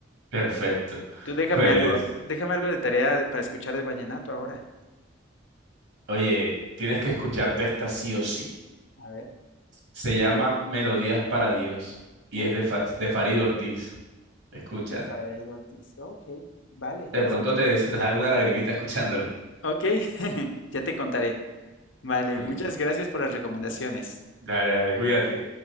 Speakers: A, on the right; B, on the left.
A: Perfecto.
B: Tú déjame
A: Pues,
B: algo, déjame algo de tarea de- para escuchar de vallenato ahora.
A: oye, tienes que escucharte esta sí o sí.
B: A ver.
A: Se llama Melodías para Dios y
B: Uh,
A: es de, Fa- de Farid Ortiz. Escúchala.
B: de Farid Ortiz. Ok, vale,
A: De
B: le
A: pronto
B: escucharé.
A: te, se te salga una lagrimita escuchándola.
B: Ok, <laughs> ya te contaré. Vale,
A: Mm,
B: muchas gracias por las recomendaciones.
A: Dale, dale, cuídate.